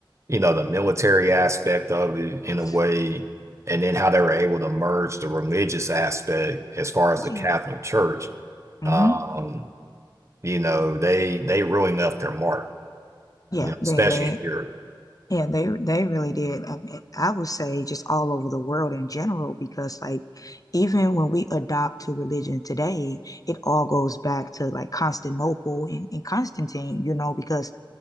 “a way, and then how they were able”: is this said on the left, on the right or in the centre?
Right